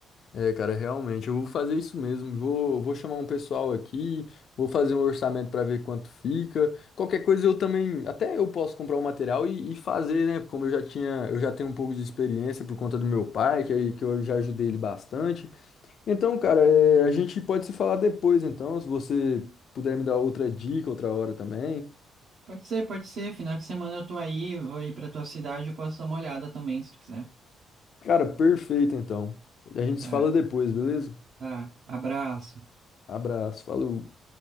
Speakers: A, on the left (about 60°); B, on the right (about 60°).
A: É, cara, realmente, eu vou fazer isso mesmo. Vou, vou chamar um pessoal aqui, vou fazer um orçamento para ver quanto fica. Qualquer coisa eu também, até eu posso comprar o material e, e fazer, né? Como eu já tinha, eu já tenho um pouco de experiência por conta do meu pai, que, aí- que eu já ajudei ele bastante. Então, cara, é, a gente pode se falar depois, então, se você puder me dar outra dica outra hora também.
B: Pode ser, pode ser, final de semana eu tô aí, vou ir pra tua cidade, eu posso dar uma olhada também, se tu quiser.
A: Cara, perfeito, então. A gente
B: Tá,
A: se fala depois, beleza?
B: tá, abraço.
A: Abraço, falou.